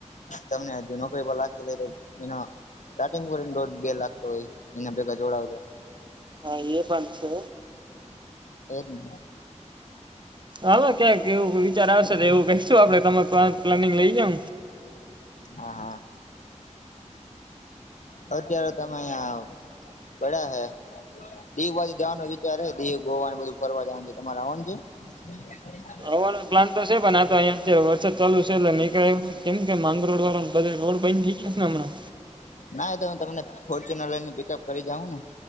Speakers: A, on the left; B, on the right.
A: તમને હજુ નોકરી પર લકી લઈ એના સ્ટાર્ટિંગ કરીને દોઢ બે લાગતો હોય એના ભેગા જોડાવતો
B: હા એ પં છે
A: હોર ન
B: હામાં ક્યાંક એવું વિચાર આવશે તો એવું કશું આપડે તમામે પ્લાનિંગ લઈ જા
A: હા હા અત્યારે તમે અહં પડ્યા હે દીવ બાજુ જવાનો વિચાર છે, દીવ, ગોવા બધું ફરવા જવાનું છે. તમારે આવવાનું છે? <unintelligible>
B: આવવાનો પ્લાન તો છે. પણ આ અહંયા જે વરસાદ ચાલુ છે એટલે નીકળે કેમ કે માંગરોડ વાળો બધ રોડ બન છે. છત હ <inaudible> મણા
A: ના એ તો હું તમને ફોર્ચ્યુનર લઈનને પિકઅપ કરી જાઉં ને